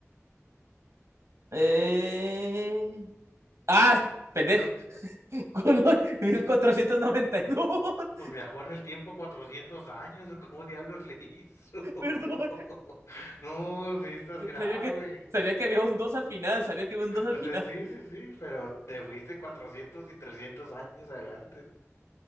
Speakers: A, on the right; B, on the left.
A: eh... Ah, pendejo. <laughs> mil cuatrocientos noventa y dos <laughs>
B: Pues viajó en el tiempo 400 años, ¿o ¿cómo diablos le hizo?
A: Perdón.
B: <laughs> No, sí estás grave.
A: Sabía que, sabía que había un 2 al final, sabía que había un dos al
B: O
A: final.
B: sea, sí, sí, sí, pero te fuiste 400 y 300 años adelante.